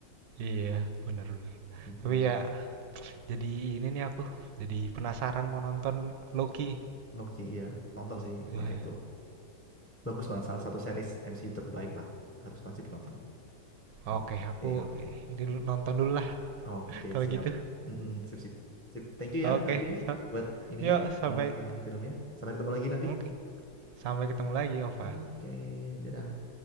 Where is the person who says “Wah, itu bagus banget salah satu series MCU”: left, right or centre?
Left